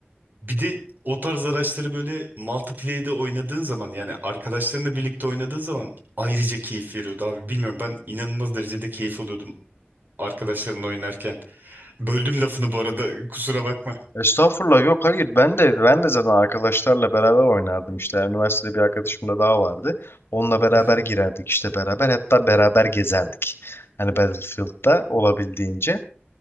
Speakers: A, on the right; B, on the left.
A: bir de o tarz araçları böyle multiplayer'de oynadığın zaman yani arkadaşlarınla birlikte oynadığın zaman ayrıca keyif veriyordu abi. Bilmiyorum ben inanılmaz derecede keyif alıyordum arkadaşlarımla oynarken. Böldüm lafını bu arada kusura bakma.
B: Estağfurullah yok hayır ben de ben de zaten arkadaşlarla beraber oynardım işte üniversitede bir arkadaşım da daha vardı. Onunla beraber
A: Hı hı.
B: girerdik işte beraber hatta beraber gezerdik. Hani Battlefield'da olabildiğince.